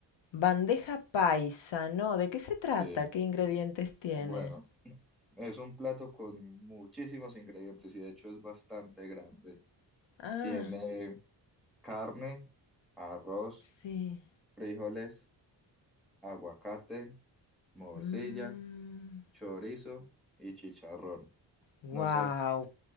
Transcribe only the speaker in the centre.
sí.
Bueno, <clears throat> es un plato con muchísimos ingredientes y de hecho es bastante grande.
Tiene carne, arroz,
frijoles, aguacate, morcilla,
chorizo y chicharrón.
No sé,